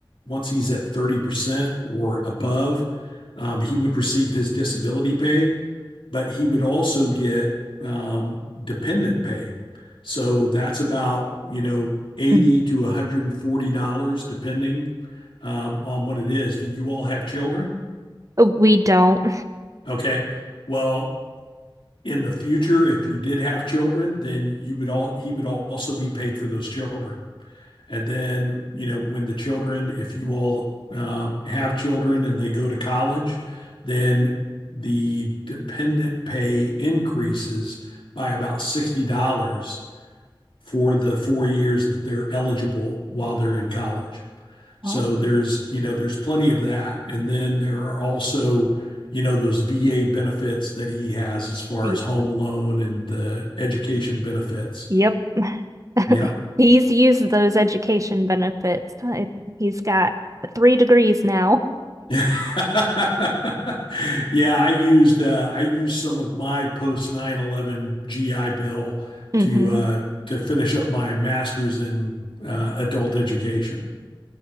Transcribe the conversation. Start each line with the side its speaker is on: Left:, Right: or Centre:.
Left: once he's at 30% or above, um, he would receive his disability pay, but he would also get um, dependent pay. So that's about, you know, 80
Right: mm.
Left: to $140, depending um, on what it is. Do you all have children?
Right: Oh, We don't.
Left: Okay. Well, in the future, if you did have children, then you would all, he would also be paid for those children. And then, you know, when the children, if you all um, have children and they go to college, then the dependent pay increases by about $60 for the four years that they're eligible while they're in college. So
Right: Oh,
Left: there's, you know, there's plenty of that. And then there are also, you know, those VA benefits that he has as far
Right: yeah.
Left: as home loan and the education benefits.
Right: Yep. <laughs>
Left: Yeah.
Right: He's used those education benefits. I, he's got three degrees now.
Left: <laughs> Yeah, I used uh, I used some of my post nine eleven GI Bill
Right: hmm
Left: to uh, to finish up my master's in uh, adult education.